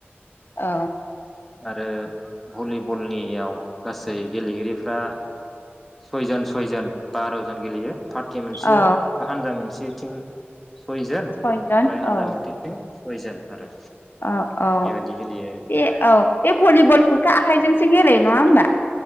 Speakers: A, on the left; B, in the centre.
A: औ।
B: आरो भलिबलनि याव गासै गेलेगिरिफ्रा सयजन सयजन बार'जन गेलेयो । पार्टि मोनसेयाव
A: औ
B: बा हानजा मोनसे <inaudible> सयजोन
A: सयजन
B: ओमफ्राय हानजा
A: औ
B: मोनसेथिं सयजोन। आरो।
A: औ औ
B: बेबायदि गेलेयो आरो
A: ऐ औ बे भलिबलखौथ' आखाइजोंसो गेलेयो नङा होमबा।